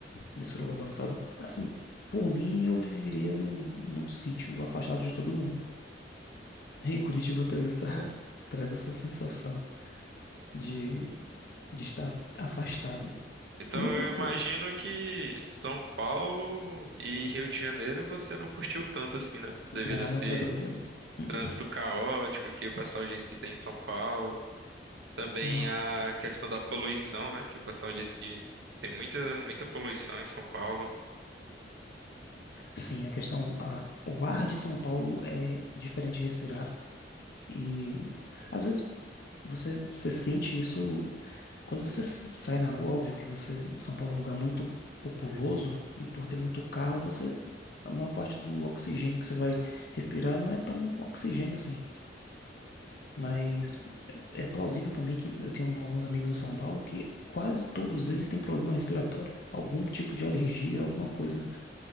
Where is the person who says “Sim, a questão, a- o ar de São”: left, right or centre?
Left